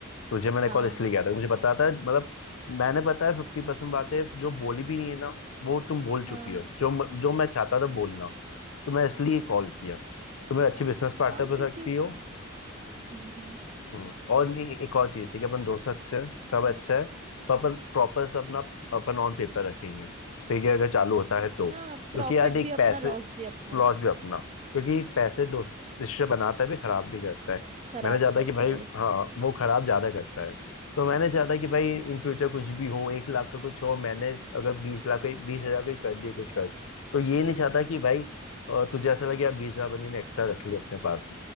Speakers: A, on the left; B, on the right.
A: तुझे मैंने
B: हाँ
A: कॉल इसलिए किया था मुझे पता था मतलब मैंने पता है फिफ्टी परसेंट बातें जो बोली भी नहीं है ना वो तुम बोल चुकी
B: हाँ
A: हो जो म- जो मैं चाहता था बोलना तो मैं इसलिए कॉल किया तुम एक अच्छी बिजनेस पार्टनर
B: हाँ
A: बन
B: क्योंकि
A: सकती हो
B: हम्म हम्म
A: हम्म और नहीं एक और चीज थी कि अपन दोस्त अच्छे हैं सब
B: हाँ
A: अच्छा है पर अपन प्रॉपर सब ना अपन ऑन पेपर रखेंगे ठीक है अगर चालू होता है तो
B: हाँ
A: क्योंकि
B: प्रॉफिट
A: यार एक
B: भी
A: पैसे
B: अपना लॉस भी अपना
A: लॉस भी अपना क्योंकि पैसे दोस्त रिश्ते बनाता है भी खराब भी करता है
B: खराब
A: मैंने चाहता
B: करता
A: कि भाई
B: है
A: हाँ वो खराब ज्यादा करता है तो मैंने चाहता कि भाई इन फ्यूचर कुछ भी हो एक लाख का कुछ हो मैंने अगर बीस लाख का बीस हजार का ही कर दिए कुछ खर्च तो ये नहीं चाहता कि भाई अ, तुझे ऐसा लगे यार बीस हजार बनी ने एक्स्ट्रा रख लिया अपने पास